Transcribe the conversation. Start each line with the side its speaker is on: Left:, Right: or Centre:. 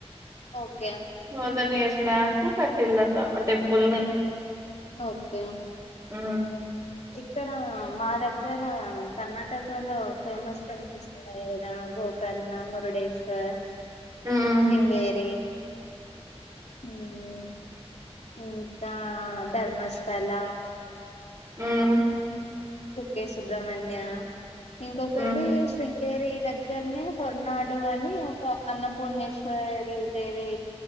Left: ఓకే
Right: తౌజెన్ ఇయర్స్ బ్యాకు కట్టిలట ఆ టెంపుల్ని. !
Left: ఓకే.
Right: హ్హ.
Left: ఇక్కడ, మా దగ్గర, కర్ణాటకలో ఫేమస్ టెంపుల్స్ ఉన్నాయి గదా. ! గోకర్ణ, మురుడేశ్వర్,
Right: మ్మ్
Left: శృంగేరి. ఊమ్మ్. ఇంకా ధర్మస్థల.
Right: మ్మ్మ్.
Left: ఎకే సుబ్రమణ్య, ఇంకొకటి
Right: మ్మ్
Left: శ్రీ. గేరి దగ్గర్నే హొర్నాడు అని ఒక అన్నపూర్ణేశ్వరి దేవి.